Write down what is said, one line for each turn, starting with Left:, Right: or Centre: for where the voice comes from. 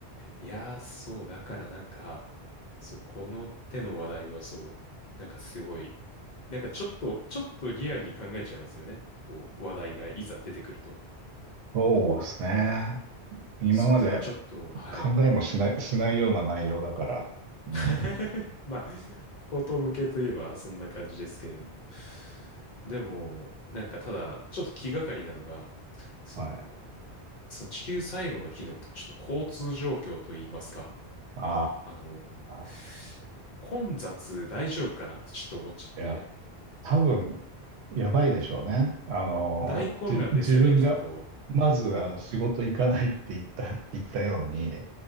Left: いやー、そう、だからなんか、そう、この手の話題はそう、なんかすごい、なんかちょっと、ちょっとリアルに考えちゃいますよね。こう、話題がいざ出てくると。
Right: そうですね。今まで
Left: そう、ただちょっと、はい。
Right: 考えもしない、しないような内容だから。うん。
Left: <laughs> まあ、こと向けといえばそんな感じですけれども。でも、なんかただ、ちょっと気がかりなのが、その、
Right: はい。
Left: その地球最後の日のちょっと交通状況といいますか。
Right: あ
Left: あのー混雑大丈夫かなってちょっと思っちゃって、
Right: あ。いや、多分、やばいでしょうね。あの、
Left: 大混乱ですよね、
Right: じ、自分が、
Left: きっと。
Right: まず、あの、仕事行かないって言った、言ったように、